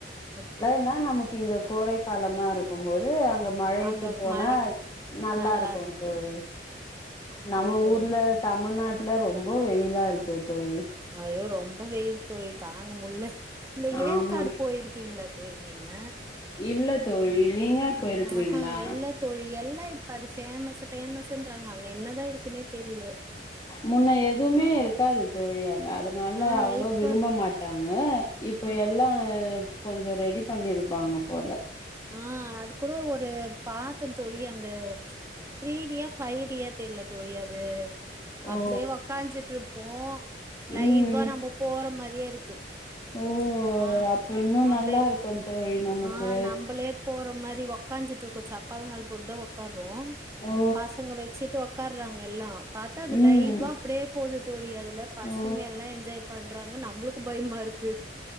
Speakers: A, on the right; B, on the left.
A: இப்போ
B: தா நமக்கு இங்க கோடை காலமாருக்கும் போது அங்க மலைக்கு
A: அங்க
B: போனா
A: மழை
B: நல்லாருக்கு
A: நல்லா இருக்கும்
B: தோழி
A: ம் அதான்
B: நம்ம
A: தோழி
B: ஊர்ல தமிழ்நாட்ல ரொம்ப வெயிலா இருக்கே தோழி
A: ஐயோ ரொம்ப வெயில் தோழி தாங்க முள்ள இந்த
B: ஆமா
A: ஏற்காடு போயிருக் கீங்ளா தோழி நீங்க
B: இல்ல தோழி நீங்க போயிருக்கிறீங்களா
A: ஆஹா இல்ல தோழி எல்லா இப்ப அது பேமஸ் ஃபேமஸ்ன்றாங்க அங்க என்னதா இருக்குன்னே தெரில
B: முன்ன எதுமே இருக்காது தோழி அங்க அதனால
A: ஆ
B: அவ்ளோ
A: இப்ப
B: விரும்ப மாட் டாங்க இப்ப
A: ம்
B: எல்லா கொஞ்சோ ரெடி பண்ணிருப்பாங்க போல
A: ஆ அது கூட ஒரு பாத்தே தோழி அந்த த்ரீ டியா ஃபைவ் டியா தெர்ல தோழி அது அப்டியே
B: ஓ
A: உக்காஞ்சிட்ருப்போ லைவா
B: ம்
A: நம்ம போற மாரியே இருக்கு
B: ஓ
A: ஆ
B: அப்ப இன்னு
A: அப்டியே
B: நல்லாருக்கு தோழி நமக்கு
A: ஆ நம்பளே போற மாரி உக்காஞ்சிட்ருக்கோ சப்பளங்கால் போட் தா உக்கார்ரோ
B: ஓ
A: பசங்க வச்சுட்டு உக்காறாங்க எல்லா பாத்தா அது
B: ம்
A: லைவா அப்டியே போது தோழி அதுல பசங்க
B: ஓ
A: எல்லா என்ஜாய் பண்றாங்க நம்ளுக்கு பயமா இருக்கு